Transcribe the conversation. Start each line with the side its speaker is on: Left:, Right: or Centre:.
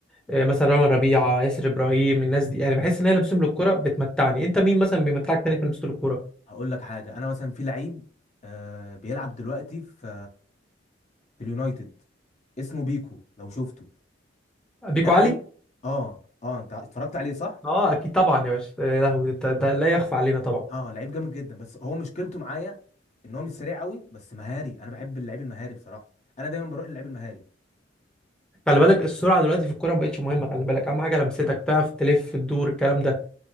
Centre: آه، مثلا رامي ربيعه ياسر ابراهيم الناس دي يعني بحس ان هي لمسهم للكوره بتمتعني انت مين مثلا بيمتعك تاني في لمسه الكوره
Left: هقول لك حاجه انا مثلا في لعيب آه بيلعب دلوقتي في في اليونايتد اسمه بيكو لو شفته
Centre: بيكو
Left: ده لعيب
Centre: علي
Left: اه اه انت اتفرجت عليه صح
Centre: اه اكيد طبعا يا باشا يا لهوي انت ده لا يخفى علينا طبعا
Left: اه لعيب جامد جدا بس هو مشكلته معايا ان هو مش سريع قوي بس مهاري انا بحب اللعيب المهاري بصراحه انا دايما بروح للعيب المهاري
Centre: خلي بالك السرعه دلوقتي في الكوره ما بقتش مهمه خلي بالك اهم حاجه لمستك تعرف تلف تدور الكلام ده